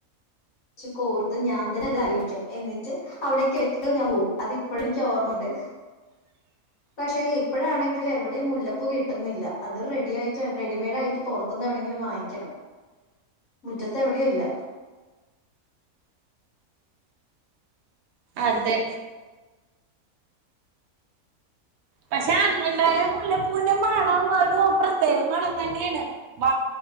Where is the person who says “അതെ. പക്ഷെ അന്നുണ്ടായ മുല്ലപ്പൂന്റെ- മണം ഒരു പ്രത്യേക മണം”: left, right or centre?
Right